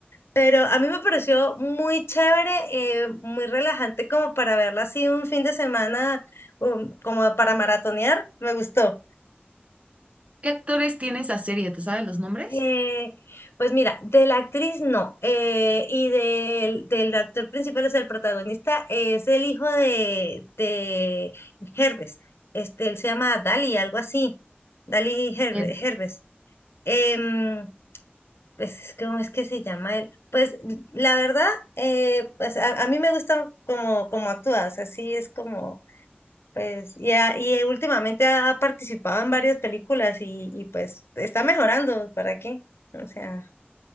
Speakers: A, on the left; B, on the right.
A: pero a mí me pareció muy chévere, eh, muy relajante como para verla así un fin de semana, um, como para maratonear, me gustó.
B: ¿Qué actores tiene esa serie? ¿Te sabes los nombres?
A: Eh, pues mira, de la actriz no, eh, y del, del actor principal, o sea, el protagonista es el hijo de, de Herbes, este, él se llama Dali, algo así, Dali Herbe-
B: ¿Ed
A: Herbes. Em, pues, ¿cómo es que se llama él? Pues la verdad, eh, pues a, a mí me gusta como, como actúa, o sea, sí es como, pues, y, ha- y eh, últimamente ha participado en varias películas y, y pues está mejorando, ¿para qué? O sea.